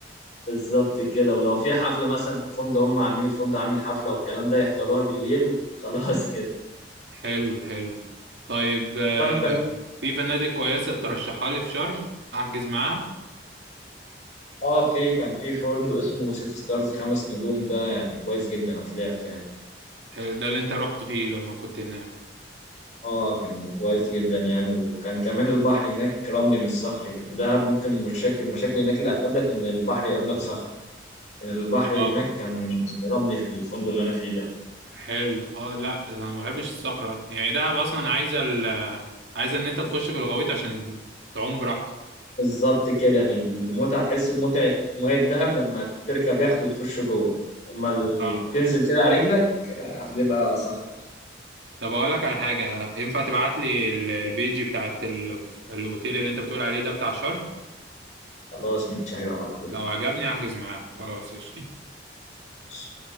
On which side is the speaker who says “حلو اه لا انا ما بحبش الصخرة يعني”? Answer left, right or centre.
Right